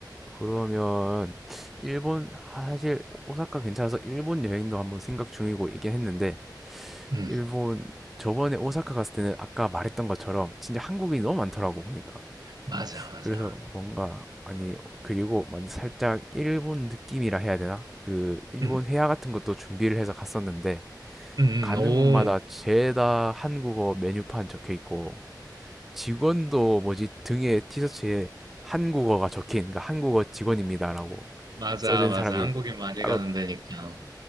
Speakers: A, in the centre; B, on the right.
A: 그러면 일본 아, 사실 오사카 괜찮아서 일본 여행도 한번 생각 중이고 이긴 했는데
B: 음,
A: 일본 저번에 오사카 갔을 때는 아까 말했던 것처럼 진짜 한국인이 너무 많더라고 보니까
B: 맞아, 맞아.
A: 그래서 뭔가 아니 그리고 만 살짝 일본 느낌이라 해야 되나 그 일본
B: 음,
A: 회화 같은 것도 준비를 해서 갔었는데
B: 음,
A: 가는
B: 음, 오,
A: 곳마다 죄다 한국어 메뉴판 적혀 있고 직원도 뭐지 등에 티셔츠에 한국어가 적힌 그러니까 한국어 직원입니다라고
B: 맞아,
A: 써져 있는
B: 맞아.
A: 사람이
B: 한국인 많이
A: 따로
B: 가는 데니까.